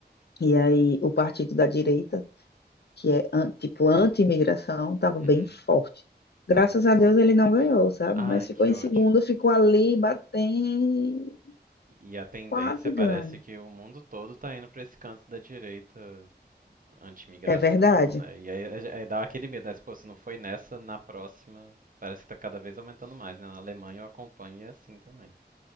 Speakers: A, on the left (about 70°); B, on the right (about 50°).
A: E aí, o partido da direita que é an- tipo anti-imigração, estava
B: Uhum.
A: bem forte. Graças
B: nossa.
A: a Deus ele não ganhou, sabe?
B: Ai,
A: Mas ficou
B: que
A: em
B: ótimo.
A: segundo, ficou ali batendo,
B: E a tendência
A: quase
B: parece
A: ganha.
B: que o mundo todo tá indo pra esse canto da direita anti-imigração,
A: É verdade.
B: né? E aí, aí- aí dá aquele medo, né? Se, pô, se não foi nessa, na próxima, parece que tá cada vez aumentando mais, né? Na Alemanha eu acompanho e é assim também.